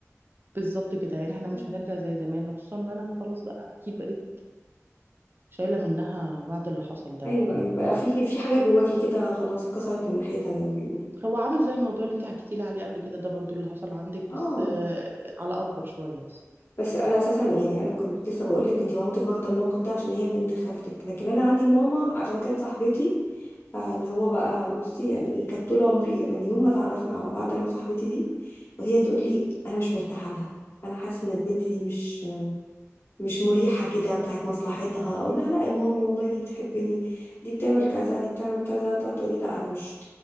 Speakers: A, on the right; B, on the left.
A: بالظبط كده يعني إحنا مش
B: مم.
A: هنرجع زي زمان خصوصا بقى إن أنا خلاص بقى أكيد بقيت شايلة منها بعد اللي حصل ده
B: ايوه
A: يعني
B: ايوه بقى في في حاجة جواكي كده خلاص اتكسرت من ناحيتها زي ما بيقولوا
A: هو عامل زي الموضوع اللي انت حكيتي لي عليه قبل كده ده برضو اللي حصل عندك
B: اه
A: بس آه، على اكبر شوية بس
B: بس انا اساسا يعني انا كنت لسه بقول لك انت مامتك واخده الموقف ده عشان هي بنت خالتك لكن انا عندي ماما عشان كانت صاحبتي فاللي هو بقى بصي يعني ايه كانت طول عمري من يوم ما اتعرفنا على بعض انا وصاحبتي دي وهي تقول لي انا مش مرتاحه لها انا حاسه ان البنت دي مش مش مريحه كده بتاعت مصلحتها او لا لا يا ماما والله دي بتحبني دي بتعمل كذا دي بتعمل كذا تقعد تقول لي لا انا مش